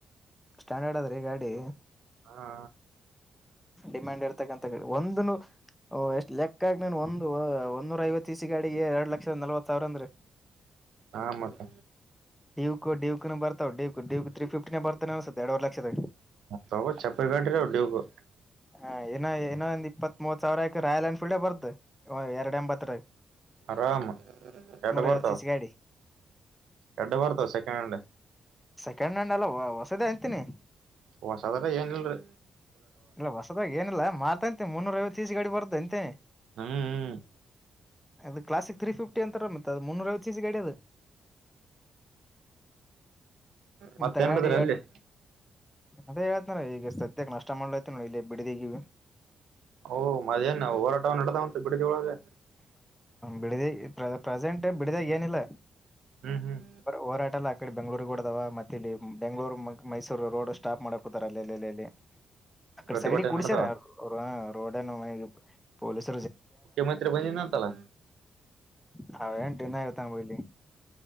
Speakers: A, in the centre; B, on the right (about 85°).
A: ಸ್ಟ್ಯಾಂಡರ್ಡ್ ಅದ್ರಿ ಗಾಡಿ
B: ಹಾ
A: ಡಿಮ್ಯಾಂಡ್ ಇರ್ತಕ್ಕಂಂತ ಹೇಳಿ ಒಂದು ಎಷ್ಟು ಲೆಕ್ಕಗ ನ ಒಂದು ಒೂರ ಐವತ್ತು ತಿಸಿಗಾಡಿಗೆ ಎರಡ್ ಲಕ್ಷದ ನಲ್ವತ್ ಸಾವಿರ ಅಂದ್ರೀ
B: ಹಾ ಮತ್ತ
A: ಡಿು ಡಿವುು ಬರ್ತಾವ ುೀ ಿಫ್ಟಿನೇ ಬರ್ತವೆನ್ಸೆ ಎರವ ಲಕ್ಷದ
B: ಹೋಗ ಚಪ್ಪಲ್ ಗಟ್ರ
A: ಹಾ ಏನೋ ಏನೊಂದ ಇಪ್ಪತ್ ಸಾವಿರ ಆಯಕ ರಾಯಲ್ ಎನ್ಫೀಲ್ಡೇ ಬರ್ದು ಎರಡ್ ಎಂಬತ್ತರ
B: ಆರಾಮ ಎಟ ಬರ್ತ
A: ಐವತ್ತು ಸಿ ಸಿ ಗಾಡಿ
B: ಎಡ್ಡ ಬರ್ತಾವ ಸೆಕೆಂಡ್ ಹ್ಯಾಂಡ್
A: ಸೆಕೆಂಡ್ ಹ್ಯಾಂಡ್ ಎಲ್ಲ ಹೊಸದ ಅಂತನಿ
B: ಹೊಸದಲ್ಲ ಏನ್ ಇಲ್ರಿ
A: ಇಲ್ಲ ಹೊಸದಾಗ ಏನಿಲ್ಲ ಮತಾಂತೆ ಮುನ್ನೂರ ವತ್ತು ತಸ ಗಡಿ ಬರುದ ಅಂತೆನೆ
B: ಹ್ಮ್
A: ಅದು ಕ್ಲಾಸಿಕ್ ತ್ರೀ ಫಿಫ್ಟಿ ಅಂತಾರ ಮತ್ತ ಅದು ಮುನ್ನೂರ ಐವತ್ತು ಸ ಸಿ ಗಾಡಿ ಅದು
B: <inaudible> ಮತ್ತೇನ್ಡ್ತರ
A: ಇಂತ ಗಾಡಿ ಎರಡ್
B: ಅಲ್ಲಿ
A: ಅದೇ ಹೇಳೇತ್ನ ಈಗ ಸದ್ಯಕ್ಕೆ ನಷ್ಟ ಮಾಡ್ಲೈತಿ ನೋ ಇಲ್ಲಿ ಬಿಡಿದಗೀಿವವಿ
B: ಓ ಮದೇನ ಹೋರಾಟ ನಡ್ದ ಉಂಟು ಬಿಡಿದ ಒಳಗೆ
A: ಬಿಡಿದ ಪ್ರೆಸೆಂಟ್ ಬಿಡಿದಾಗ ಏನಿಲ್ಲ
B: ಹ್ಮ್ ಹ್ಮ್
A: ಹೋರಾಟಲ್ಲತ ಕಡೆ ಬೆಂಗ್ೂರಿಗೆಗೂಡದ ಮತ್ತೆ ಇಲ್ಲಿ ಬೆಂಗ್ಗಳೂರು ಮೈಸೂರು ರೋಡ್ ಸ್ಟಾಪ್ ಮಾಡಕೂತಾರ ಅಲ್ಲೆಲ್ಲಿ ಅಕಡೆ
B: ಪ್ರತಿಭಟನೆ
A: ಸೈಡಿಗೆ ಕುಡಸಾರ
B: ನಡದಾವ
A: ಅವ ರೋಡ್ನ್ನು ಪೊಲೀಸ್
B: ಮುಖ್ಯಮಂತ್ರಿ ಬನ್ನ ನಂತಲ್ಲ
A: ಹ ಅವ ಏನ್ ದಿನ ಇರ್ತಾನ ಹೋಗ್ಲಿ